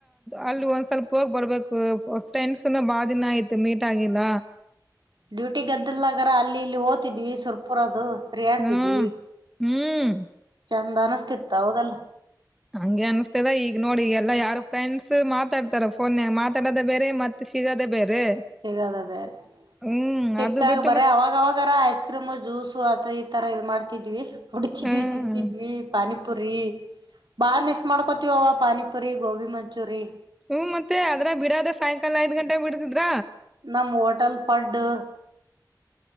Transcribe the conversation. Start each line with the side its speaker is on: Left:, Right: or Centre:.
Centre: ಅಲ್ಲಿ ಒಂದ್ ಸ್ವಲ್ಪ ಹೋಗ್ ಬರ್ಬೇಕು ಫ್ರೆಂಡ್ಸನು ಎಲ್ಲಾ ಬಾಳ ದಿನ ಆಯ್ತ ಮೀಟ್ ಆಗಿಲ್ಲ
Right: ಡ್ಯೂಟಿಗದ್ದಲ್ಗರ ಅಲ್ಲಿ ಇಲ್ಲಿ ಹೊತಿದ್ವಿ ಸುರ್ಪುರ ಅದು. ಆಡ್ತಿದ್ವಿ
Centre: ಹ್ಮ್ ಹ್ಮ್
Right: ಚಂದ ಅನಸ್ತಿತ್ತ ಹೌದಲ್ಲ.
Centre: ಹಂಗೆ ಅನ್ಸ್ತದ ಈಗ ನೋಡಿ ಎಲ್ಲಾ ಯಾರು ಫ್ರೆಂಡ್ಸ್ ಮಾತಾಡ್ತಾರ ಫೋನ್ ಮಾತಾಡೋದ ಬೇರೆ ಮತ್ತೆ. ಸಿಗದೆೇ ಬೇರೆ.
Right: ಸಿಗದೇ ಬೇರೆ.
Centre: ಹ್ಮ್
Right: ಸಿಕ್ಕಾಗ
Centre: ಅದು ಬಿಟ್ಟು
Right: ಬರೀ ಅವವಾಗ ಅವಾಗಾರ ಐಸ್ ಕ್ರೀಮು ಜ್ಯೂಸು ಆ ಈಥರ ಇದು ಮಾಡ್ತಿದ್ವಿ. ಹುಡಚಿದ್ವಿ
Centre: ಹ್ಮ್
Right: ತಿಂತಿದ್ವಿ ಪಾನಿಪುರಿ ಬಾಳ ದಿವಸ ಮಿಸ್ ಮಾಡ್ಕೋತವ ಪಾನಿಪುರಿ ಗೋಬಿ ಮಂಚೂರಿ.
Centre: ಹ್ಮ್ ಮತ್ತ ಅದ್ರ ಬಿಡಾದ ಸಾಯಂಕಾಲ ಐದ್ ಗಂಟೆಗೆ ಬಿಡತಿದ್ರ.
Right: ನಮ್ಮ್ ಹೋಟಲ್ ಪಡ್ಡು.